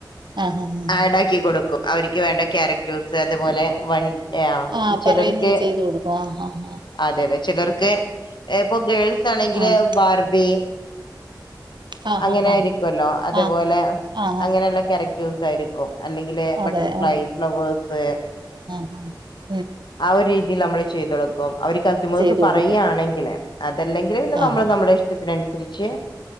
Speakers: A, on the right (about 75°); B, on the left (about 75°).
A: ആഹ ആ ഏ
B: ആഡ്
A: ഏ
B: ആക്കി കൊടുക്കും അവർക്ക് വേണ്ട ക്യാരക്ടേഴ്സ് അതുപോലെ വൺ
A: ആ
B: ചിലർക്ക്
A: പറയുന്നത് ചെയ്ത് കൊടുക്കും. ആ ആ ആ
B: അതെ അതെ ചിലർക്ക് ഏ പ്പൊ ഗേൾസ് ആണെങ്കില്
A: ആഹ്
B: ബാർബി
A: ആഹ്
B: അങ്ങനെയിരിക്കൊല്ലോ
A: ആഹ് ആഹ്
B: അതുപോലെ
A: ആഹ് ആഹ് ആഹ് ആഹ്
B: അങ്ങനെയുള്ള ക്യാരക്ടേഴ്സ് ആയിരിക്കും. അല്ലെങ്കില്
A: അതെ
B: ബട്ടർഫ്ലൈ
A: ആഹ്
B: ഫ്ലവേഴ്സ്
A: <unintelligible>
B: ആ ഒരു രീതിയിൽ നമ്മള് ചെയ്തൊടുക്കും. അവര് കസ്റ്റമേഴ്സ്
A: ചെയ്തു
B: പറയാണെങ്കില്.
A: കൊടുക്കും
B: അതല്ലെങ്കില് പിന്നെ
A: ആഹ്
B: നമ്മള്
A: ആഹ്
B: നമ്മുടെ ഇഷ്ടത്തിനനുസരിച്ച്